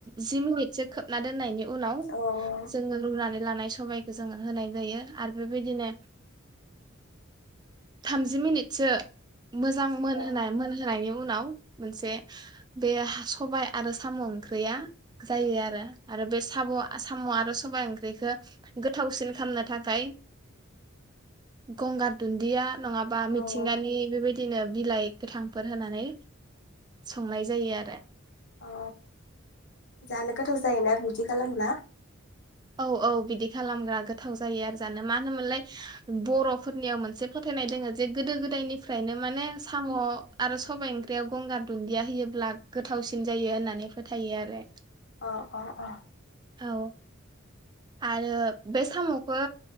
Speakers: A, on the right; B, on the left.
A: जि मिनिटसो खोब ना दोननायनि उनाव
B: औ
A: जोङो रुनानै लानाय सबायखौ जोङो होनाय जायो आरो बेबायदिनो थामजि मिनिटसो मोजां मोन
B: औ
A: होनाय। होनायनि उनाव मोनसे बे सबाय आरो साम' ओंख्रिया जायो आरो आरो बे साम' साम' आरो सबाय ओंख्रिखौ गोथावसिन खालामनो थाखाय गंगार दुन्दिया नङाबा मिथिंगानि
B: उम औ
A: बेबायदि बिदिनो बिलाइ गोथांफोर होनानै संनाय जायो आरो।
B: अ जानो गोथाव जायोना बिदि खालामब्ला।
A: औ औ बिदि खालामबा गोथाव जायो आरो जानो मा होनोमोनलाय बर'फोरनियाव मोनसे फोथायनाय दोङो जे गोदो गोदायनिफ्रायनो माने साम' आरो सबाइ ओंख्रियाव गंगार दुन्दिया होयोब्ला गोथावसिन जायो होननानै फोथायो आरो।
B: औ औ औ
A: औ आरो बे साम'खौ